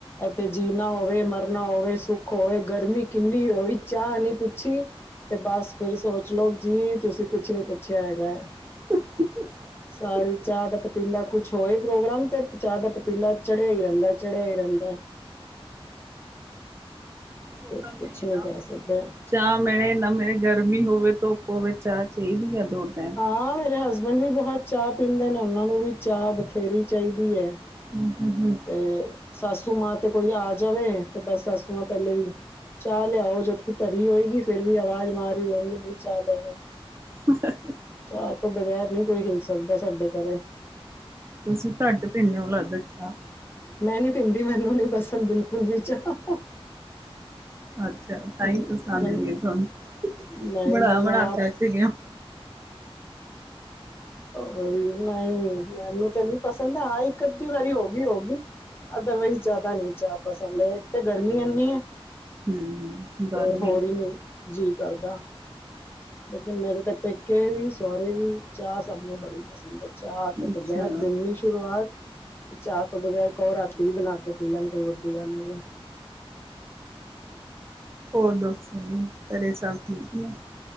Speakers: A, on the left; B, on the right.
A: ਇੱਥੇ ਜੀਣਾ ਹੋਵੇ। ਮਰਨਾ ਹੋਵੇ ਸੁੱਖ ਖੋਏ ਗਰਮੀ ਕਿੰਨੀ ਹੋਈ। ਚਾਹ ਨੀ ਪੁੱਛੀ ਤੇ ਬਸ ਫਿਰ ਸੋਚ ਲੋਓ ਜੀ। ਤੁਸੀਂ ਕੁਛ ਨੀ ਪੁੱਛਿਆ ਹੈਗਾ ਆ
B: <unintelligible>
A: ਘਰ ਚਾਹ ਦਾ ਪਤੀਲਾ ਕੁਝ ਹੋਰ ਹੀ ਪ੍ਰੋਗਰਾਮ ਤੇ ਚਾਹ ਦਾ ਪਤੀਲਾ ਚੜ੍ਹਿਆ ਹੀ ਰਹਿੰਦਾ ਚੜਿਆ ਹੀ ਰਹਿੰਦਾ
B: ਉਹ
A: ਤੇ
B: ਤਾਂ ਮੇਨ
A: ਕੁਛ ਨੀ
B: ਆ
A: ਕਹਿ ਸਕਦੇ
B: ਚਾਹ ਮਿਲੇ ਨਾ ਮਿਲੇ ਗਰਮੀ ਹੋਵੇ, ਧੁਪ ਹੋਏ, ਚਾਹ ਚਾਹੀਦੀ ਹੈ ਦੋਨੋ
A: ਹਾਂ ਮੇਰੇ ਹਸਬੈਂਡ ਵੀ ਬਹੁਤ ਚਾਹ ਪੀਂਦੇ ਨੇ, ਉਹਨਾਂ ਨੂੰ ਵੀ ਚਾਹ ਬਥੇਰੀ ਚਾਹੀਦੀ ਹੈ।
B: ਹੂ- ਹੂ-ਹੂ
A: ਤੇ ਸਸੂ ਮਾਂ ਤੇ ਕੋਈ ਆ ਜਾਵੇ ਤੇ ਬਸ ਸਸੂ ਮਾਂ ਪਹਿਲੇ ਹੀ। ਚਾਹ ਲਿਆਓ ਜਦਕਿ ਧਰੀ ਹੋਏਗੀ ਫਿਰ ਵੀ ਆਵਾਜ਼ ਮਾਰ ਈ ਦੇਣਗੇ ਬਈ ਚਾਹ ਲਿਆਓ।
B: <unintelligible>
A: ਚਾਹ ਤੋਂ ਬਗੈਰ ਨਹੀਂ ਕੋਈ ਹਿਲ ਸਕਦਾ ਸਾਡੇ ਘਰੇ।
B: ਤੁਸੀਂ ਘੱਟ ਪੀਦੇ ਓ? ਲੱਗਦੈ ਚਾਹ।
A: ਮੈਂ ਨੀ ਪੀਂਦੀ ਮੈਨੂੰ ਨਹੀ ਪਸੰਦ ਬਿਲਕੁਲ ਵੀ ਚਾਹ। <unintelligible>
B: ਅੱਛਾ ਤਾਂਹੀ
A: ਮਨ
B: ਪਸੰਦ
A: ਮਨ
B: ਨੀ ਆ ਤੁਹਾਨੂੰ।
A: ਨਹੀਂ
B: ਬਣਾ-ਬਣਾ
A: ਮੈਨੂੰ ਆਪ
B: ਕੇ ਭਿੰਡੀਆ
A: ਔਹੀ ਨਹੀਂ ਮੈਨੂੰ ਤਾਂ ਨੀ ਪਸੰਦ ਹਾਂ ਇੱਕ ਅੱਧੀ ਵਾਰੀ ਹੋ ਗਈ ਹੋ ਗਈ। ਅਦਰਵਾਈਜ਼ ਜ਼ਿਆਦਾ ਨੀ ਚਾਹ ਪਸੰਦ ਇਥੇ ਗਰਮੀ ਐਨੀ ਏ।
B: ਹਮ ਗਰਮੀ
A: ਤੇ ਹੋਰ ਈ ਨੀ। ਜੀ ਕਰਦਾ। ਲੇਕਿਨ ਮੇਰੇ ਤੇ ਪੇਕੇ ਵੀ, ਸਹੁਰੇ ਵੀ ਚਾਹ ਸਭ ਨੂੰ ਬੜੀ ਪਸੰਦ ਐ ਚਾਹ ਤੋਂ
B: ਅੱਛਾ
A: ਬਗੈਰ ਦਿਨ ਸ਼ੁਰੂਆਤ ਚਾਹ ਤੋਂ ਬਗ਼ੈਰ ਕਹੋ ਰਾਤੀ ਵੀ ਬਣਾ ਕੇ ਪੀ ਲੈਣ ਕੋਈ ਵੱਡੀ ਗੱਲ ਨੀ ਹੈ।
B: ਹੋਰ ਦਸੋ ਜੀ ਘਰੇ ਸਭ ਠੀਕ ਨੇ?